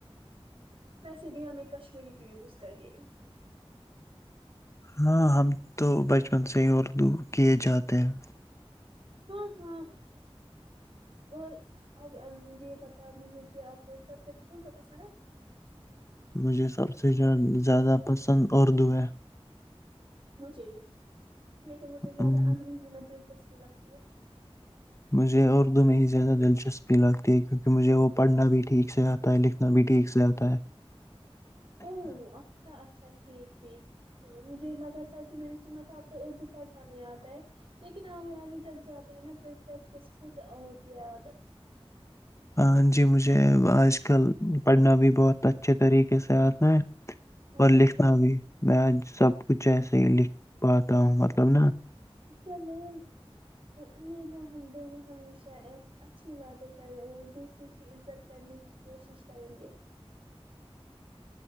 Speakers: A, on the right; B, on the left.
A: ویسے بھی ہمیں کشمیری کی یوز کرنی ہے
B: ہاں ہم تو بچپن سے ہی اردو کیے جاتے ہیں
A: ہاں ہاں اور ا یہ بتاؤ مجھے کہ آپ کو سبجیکٹ کون سا پسند ہے
B: مجھے سب سے زیادہ پسند اردو ہے
A: مھے بھی لیکن مجھے زیادہ
B: ہم،
A: انگریزی میں دلچسپ کی لگتی ہے
B: <inaudible>
A: او اچھا اچھا ٹھیک ٹھیک مجھے یہ لگا تھا کہ میں نے سنا تھا اردو پڑھنا نہیں آتا ہے لیکن آگے آگے جب جاتے ہیں نا پھر پریکٹس خود ہوتی ہے عادت
B: ہاں جی مجھے آج کل پڑھنا بھی بہت اچھے طریقے سے آنا ہے
A: ہاں
B: اور لکھنا بھی میں آج سب کچھ ایسے ہی لکھ پاتا ہوں مطلب نا
A: چلو امید ہے ہم دونوں ہمیشہ اچھی باتیں کریں اور دوسروں کی عزت کرنے کی کوشش کریں گے